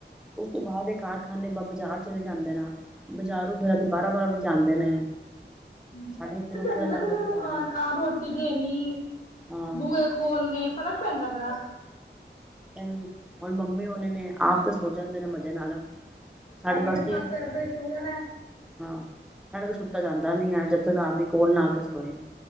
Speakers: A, in the centre; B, on the left (about 45°).
A: ਉਸ ਤੋਂ ਬਾਅਦ ਇਹ ਕਾਰਖਾਨੇ ਬ ਬਾਜ਼ਾਰ ਚਲੇ ਜਾਂਦੇ ਨੇ, ਬਜ਼ਾਰੋਂ ਫੇਰ ਅੱਜ ਵਜਾਦੇਂ ਜਾਂਦੇ ਨੇ?
B: ਕਹਿਣਾ
A: ਸਾਡੇ ਵਜੇ ਫੇਰ ਉੱਠਿਆ
B: ਪੈਂਦਾ ਨਾ
A: ਜਾਂਦਾ
B: ਫਿਰ
A: ਤੇ ਹੈ ਨੀ
B: ਆ ਆ ਰੋਟੀ ਦੇਣੀ।
A: ਹਾਂ
B: ਬੂਹੇ ਖੋਲਣੇ ਪਤਾ ਫ਼ਰਕ ਪੈਂਦਾ ਬੜਾ।
A: ਹੁਣ, ਮੰਮੀ ਉਹਨੀਂ ਨੇ ਆਪ ਤਾਂ ਸੋਚ ਜਾਂਦੇ ਨੇ ਮਜ਼ੇ ਨਾਲ। ਸਾਡੇ
B: ਹੈਰੀ
A: ਕੋਲ
B: ਨੇ
A: ਅਸੀਂ
B: ਸੱਤ ਅੱਠ ਵੱਜੇ ਸੋ ਜਾਣਾ।
A: ਹਾਂ ਸਾਡੇ ਕੋਲ ਸੁੱਤਾ ਜਾਂਦਾ ਨੀ ਹੈ, ਜਦੋਂ ਤੱਕ ਆਦਮੀ ਕੋਲ ਨਾ ਕੇ ਸੋਏ।